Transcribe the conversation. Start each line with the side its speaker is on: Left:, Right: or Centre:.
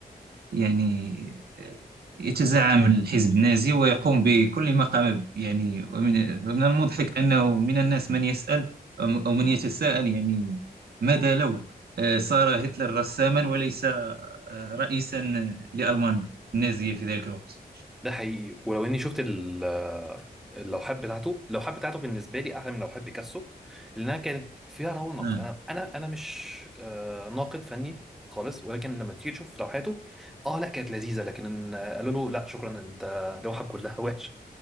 Right: يعني يتزعم الحزب النازي ويقوم بكل ما قام به يعني ومن ومن المضحك أنه من الناس من يسأل أم- أو من يتساءل يعني ماذا لو آه، صار هتلر رساما وليس آه، رئيسا لألمانيا النازية في ذلك الوقت
Centre: ده حقيقي ولو اني شفت ال- اللوحات بتاعته اللوحات بتاعته بالنسبه لي احلى من لوحات بيكاسو لانها كانت فيها رونق
Right: آه.
Centre: انا انا انا مش آه، ناقد فني خالص ولكن لما تيجي تشوف لوحاته اه لا كانت لذيذه لكن آه، قالوا له لا شكرا انت لوحك كلها <laughs> وحشه